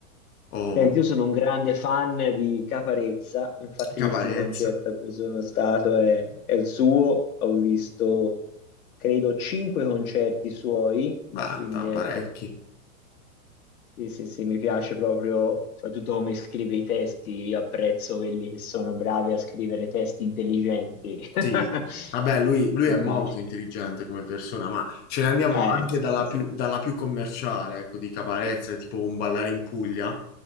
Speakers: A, on the left; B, on the left.
A: O
B: Senti, io sono un grande fan di Caparezza, infatti
A: Caparezza?
B: l'ultimo concerto a cui sono stato è, è il suo, ho visto credo cinque concerti suoi,
A: Beh,
B: quindi
A: ta-
B: ecco,
A: parecchi.
B: Sì, sì, sì, mi piace proprio, soprattutto come scrive i testi, io apprezzo quelli che sono bravi a scrivere testi intelligenti. <laughs>
A: Sì, sì. Vabbè, lui, lui
B: Mi
A: è molto
B: piace.
A: intelligente come persona, ma ce ne andiamo
B: Eh,
A: anche
B: sì,
A: dalla
B: sì, sì.
A: più, dalla più commerciale, ecco, di Caparezza, tipo un ballare in Puglia,